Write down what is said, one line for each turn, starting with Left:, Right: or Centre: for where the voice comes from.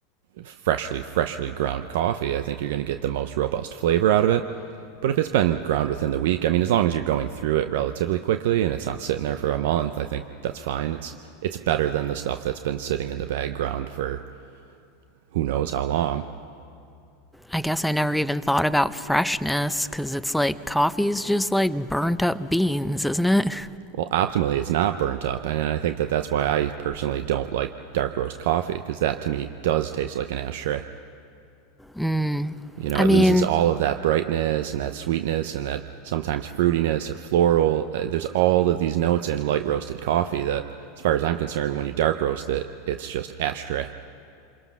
Right: freshly, freshly ground coffee. I think you're going to get the most robust flavor out of it. But if it's been ground within the week, I mean, as long as you're going through it relatively quickly and it's not sitting there for a month, I think that's fine. It's it's better than the stuff that's been sitting in the bag ground for who knows how long.
Centre: I guess I never even thought about freshness because it's like coffee's just like burnt up beans, isn't it? <laughs>
Right: Well, optimally, it's not burnt up, and I think that that's why I personally don't like dark roast coffee because that to me does taste like an ashtray.
Centre: Mm.
Right: You know,
Centre: I
Right: it
Centre: mean,
Right: loses all of that brightness and that sweetness and that sometimes fruitiness or floral. Uh, There's all of these notes in light roasted coffee that, as far as I'm concerned, when you dark roast it, it's just ashtray.